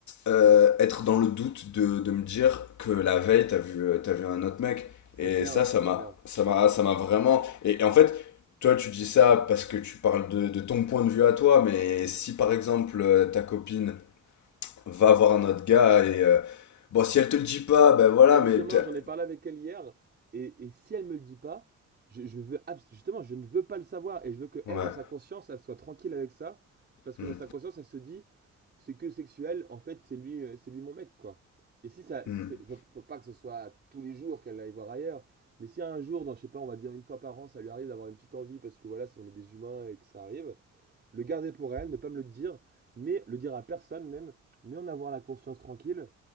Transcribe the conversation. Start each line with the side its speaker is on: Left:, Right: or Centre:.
Left: euh, être dans le doute de, de me dire que la veille, t'as vu, euh, t'as vu un autre mec.
Right: c'est
Left: Et
Right: clair,
Left: ça, ça
Right: c'est
Left: m'a,
Right: clair.
Left: ça m'a, ça m'a vraiment. Et, et en fait, toi, tu dis ça parce que tu parles de, de ton point de vue à toi, mais si par exemple euh, ta copine va voir un autre gars et. euh, bon, si elle te le dit pas, ben voilà,
Right: Mais justement,
Left: mais. peut-être-
Right: j'en ai parlé avec elle hier, et, et si elle me le dit pas, je, je veux abs- justement, je ne veux pas le savoir, et je veux que elle,
Left: Ouais.
Right: dans sa conscience, elle soit tranquille avec ça, parce que
Left: Hmm.
Right: dans sa conscience, elle se dit, c'est que sexuel, en fait, c'est lui, euh, c'est lui mon mec, quoi. Et si ça,
Left: Hmm.
Right: si c'est- faut, faut pas que ce soit tous les jours qu'elle aille voir ailleurs, mais si un jour, dans, je sais pas, on va dire une fois par an, ça lui arrive d'avoir une petite envie, parce que voilà, si on est des humains et que ça arrive, le garder pour elle, ne pas me le dire, mais le dire à personne même, mais en avoir la conscience tranquille